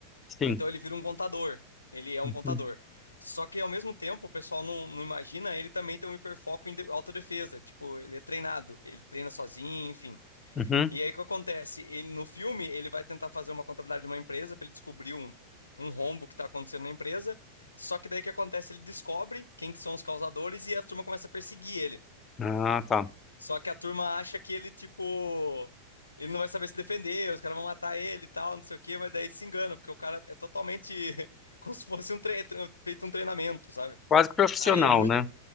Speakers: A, on the left; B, on the left.
A: sim.
B: Então ele vira um contador. Ele é um
A: Uhum.
B: contador. Só que ao mesmo tempo, o pessoal não, não imagina, ele também tem um hiperfoco em de- autodefesa. Tipo, ele é treinado, ele treina sozinho, enfim.
A: Uhum.
B: E aí o que acontece? Ele no filme, ele vai tentar fazer uma contabilidade de uma empresa para ele descobrir um, um rombo que está acontecendo na empresa. Só que daí o que acontece? Ele descobre quem que são os causadores e a turma começa a perseguir ele.
A: Ah, tá.
B: Só que a turma acha que ele, tipo, ele não vai saber se defender, os caras vão matar ele e tal, não sei o quê, mas daí se engana, porque o cara é totalmente <laughs> como se fosse um tre- tre- feito um treinamento, sabe?
A: Quase que profissional,
B: Aí é muito.
A: né?